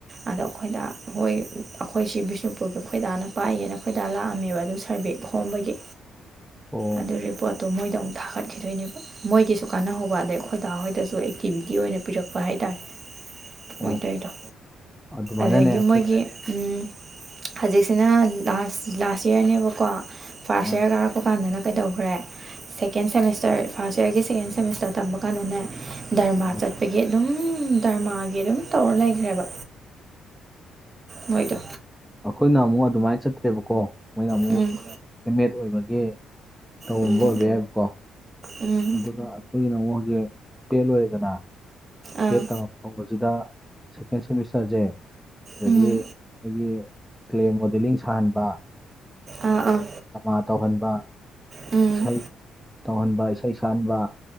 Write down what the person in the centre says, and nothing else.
ꯑꯣ
ꯑꯣ
ꯑꯗꯨꯃꯥꯏꯅꯅꯦ
ꯑꯩꯈꯣꯏ
ꯑꯥ
ꯎꯝ
ꯑꯈꯣꯏꯅ ꯑꯃꯨꯛ ꯑꯗꯨꯃꯥꯏꯅ ꯆꯠꯇ꯭ꯔꯦꯕꯀꯣ ꯃꯣꯏꯅ ꯑꯃꯨꯛ
ꯑꯦꯝ ꯑꯦꯗ ꯑꯣꯏꯕꯒꯤ ꯇꯧꯔꯝꯕ
ꯑꯣꯏꯕ ꯌꯥꯏꯕꯀꯣ
ꯑꯗꯨꯅ ꯑꯩꯈꯣꯏꯒꯤꯅ ꯑꯃ ꯑꯃꯛ ꯍꯧꯖꯤꯛ ꯕꯦꯗ ꯂꯣꯏꯔꯦꯗꯅ
ꯕꯦꯠ ꯇꯉꯛꯄꯕꯁꯤꯗ ꯁꯦꯀꯦꯟ ꯁꯦꯃꯤꯁꯇꯔꯖꯦ ꯑꯗꯗꯤ
ꯑꯩꯈꯣꯏꯒꯤ ꯀ꯭ꯂꯦ ꯃꯣꯗꯦꯂꯤꯡ ꯁꯥꯍꯟꯕ
ꯗ꯭ꯔꯃꯥ ꯇꯧꯍꯟꯕ
ꯏꯁꯩ ꯇꯧꯍꯟꯕ ꯏꯁꯩ ꯁꯛꯍꯟꯕ